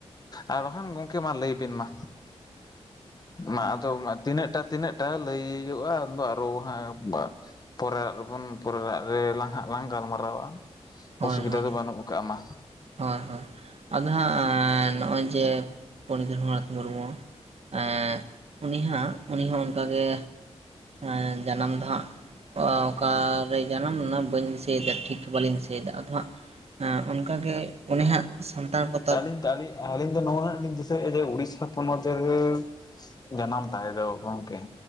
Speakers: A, on the left (about 35°); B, on the right (about 65°).
A: ᱟᱨ ᱵᱟᱠᱷᱟᱱ ᱜᱚᱝᱠᱮ ᱢᱟ ᱞᱟᱹᱭ ᱵᱤᱱ ᱢᱟ, ᱢᱟ ᱟᱫᱚ ᱛᱤᱱᱟᱹᱜ ᱴᱟ ᱛᱤᱱᱟᱹᱜ ᱴᱟ ᱞᱟᱹᱭᱚᱜ-ᱟ ᱩᱱᱫᱚ ᱟᱨᱚ ᱦᱟᱸᱜ ᱢᱟ ᱯᱚᱨᱮᱨᱟᱜ ᱨᱮᱵᱚᱱ, ᱯᱚᱨᱮᱨᱟᱜ ᱨᱮ ᱞᱟᱝ ᱦᱟᱸᱜ ᱞᱟᱝ ᱜᱟᱞ ᱢᱟᱨᱟᱣᱟ,
B: ᱦᱳᱭ
A: ᱚᱥᱤᱵᱤᱫᱷᱟ
B: ᱦᱳᱭ
A: ᱫᱚ ᱵᱟᱹᱱᱩᱜ ᱟᱠᱟᱜ-ᱟ ᱢᱟ᱾
B: ᱦᱳᱭ ᱦᱳᱭ, ᱟᱫᱚ ᱦᱟᱸᱜ ᱱᱚᱜ-ᱚᱭ ᱡᱮ ᱯᱚᱱᱰᱤᱛ ᱨᱚᱜᱷᱩᱱᱟᱛᱷ ᱢᱩᱨᱢᱩ ᱮᱸᱜ, ᱩᱱᱤ ᱦᱟᱸᱜ ᱩᱱᱤ ᱦᱚᱸ ᱚᱱᱠᱟ ᱜᱮ ᱮᱸᱻ ᱡᱟᱱᱟᱢ ᱫᱚ ᱦᱟᱸᱜ ᱚ-ᱚᱠᱟ ᱨᱮ ᱡᱟᱱᱟᱢ ᱞᱮᱱᱟ ᱵᱟᱹᱧ ᱫᱤᱥᱟᱹ ᱫᱤᱥᱟᱹᱭᱫᱟ ᱴᱷᱤᱠ ᱵᱟᱹᱞᱤᱧ ᱫᱤᱥᱟᱹᱭᱫᱟ, ᱟᱫᱚ ᱦᱟᱸᱜ ᱮᱸ ᱚᱱᱠᱟ ᱜᱮ ᱩᱱᱤ ᱦᱟᱸᱜ ᱥᱟᱱᱛᱟᱲ ᱠᱚᱛᱟ
A: ᱫᱟᱲᱮᱭᱟᱜ-ᱟ, ᱟᱹᱞᱤᱧ ᱫᱚ ᱱᱚᱣᱟ ᱦᱟᱸᱜ ᱞᱤᱧ ᱫᱤᱥᱟᱹᱭᱮᱜ-ᱟ ᱡᱮ ᱩᱲᱤᱥᱥᱟ ᱯᱚᱱᱚᱛ ᱨᱮ ᱡᱟᱱᱟᱢ ᱛᱟᱭ ᱫᱚ ᱜᱚᱝᱠᱮ᱾